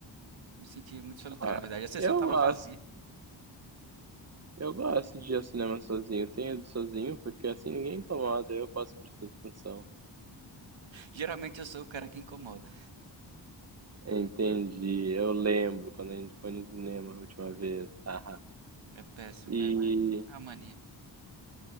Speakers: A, on the right; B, on the right.
A: Me senti muito solitário,
B: Ah,
A: na verdade. A sessão
B: eu
A: tava
B: gosto.
A: vazia.
B: Eu gosto de ir ao cinema sozinho. Tenho ido sozinho porque assim ninguém incomoda, eu posso prestar atenção.
A: Geralmente eu sou o cara que incomoda.
B: Entendi. Eu lembro quando a gente foi no cinema a última vez. Haha.
A: É péssimo,
B: E
A: né? Mas é a mania.